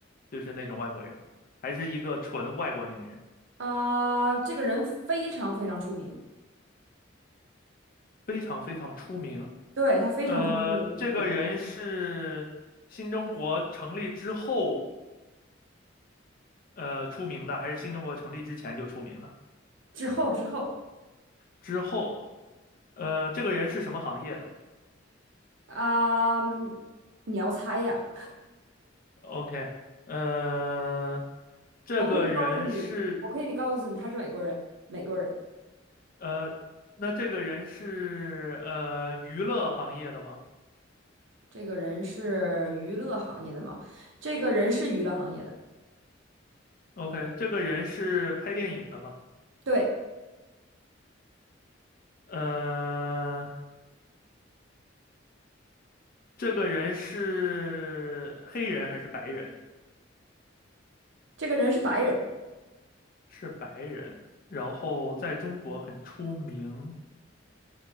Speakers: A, on the left (about 45°); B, on the right (about 75°).
A: 就是那种外国人，还是一个纯外国名人，
B: 啊、这个人非常非常出名，
A: 非常非常出名。
B: 对，他非常非常有名气。
A: 呃，这个人是新中国成立之后呃出名的，还是新中国成立之前就出名的？
B: 之后之后，
A: 之后，呃，这个人是什么行业的
B: 啊嗯、你要猜呀？
A: ？OK，呃，这个人是
B: 我可以告诉你，我可以你告诉你，他是美国人，美国人。
A: 呃，那这个人是呃娱乐行业的吗
B: 这个人是娱乐行业的吗？这个人是娱乐行业的，
A: ？OK，这个人是拍电影的吗？
B: 对，
A: 呃，这个人是黑人还是白人？
B: 这个人是白人，
A: 是白人，然后在中国很出名。